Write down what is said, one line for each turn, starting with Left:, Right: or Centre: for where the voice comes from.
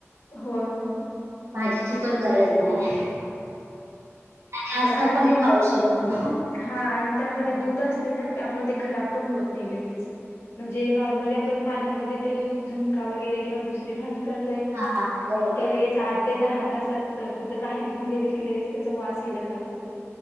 Left: होय होय,
Right: भाजीची पण गरज नाही आणि
Left: होय
Right: असं पण
Left: ते
Right: खाऊ शकतो.
Left: हा आणि त्यामध्ये दूध असते ना त्यामुळे ते खराब पण होत नाही लगेच, म्हणजे नॉर्मली आपण पाण्यामध्ये तेन झुणका वगैरे किंवा दुसरी भाजी कर. करतोय
Right: हा बरोबर.
Left: म ते लगेच आठ ते दहा तासात कुठेतरी बाहेर घेऊन गेले. की लगेच त्याचा वास यायला चालु होतंय